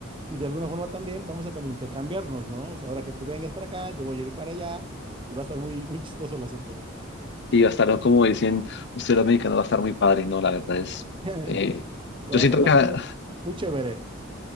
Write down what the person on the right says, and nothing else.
Y de alguna forma también vamos a como intercambiarnos, ¿no? O sea, ahora que tú vengas para acá, yo voy a ir para allá y va a estar muy, muy chistoso el asunto.
<laughs>
Va
a estar, va
a estar
muy, muy chévere.